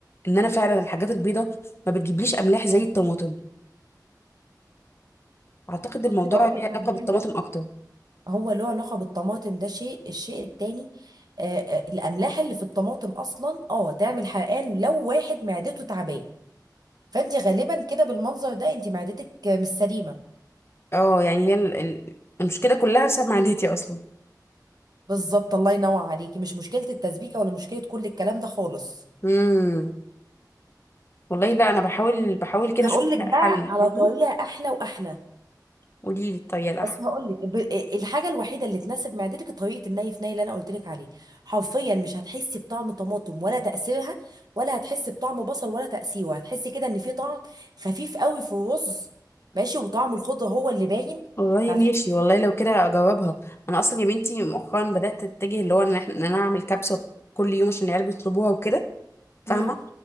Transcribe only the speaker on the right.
بصي هقول
لك على
حاجه
هو له علاقه بالطماطم ده شيء الشيء التاني آه آه الاملاح اللي في الطماطم اصلا اه تعمل حرقان لو واحد معدته تعباه فانت غالبا كده بالمنظر ده انت معدتك آه، مش سليمه
بالظبط الله ينور عليكي مش مشكلة التسبيكة ولا مشكلة كل الكلام ده خالص
هقول
لك
بقى
على
طريقة أحلى وأحلى
بس هقول لك ب... الحاجة الوحيدة اللي تناسب معدتك طريقة الني في ني اللي أنا قلت لك عليه حرفيا مش هتحسي بطعم طماطم ولا تأثيرها ولا هتحسي بطعم بصل ولا تأثيره هتحسي كده إن في طعم خفيف قوي في الرز ماشي وطعم الخضرة هو اللي باين
فهتحسي
امم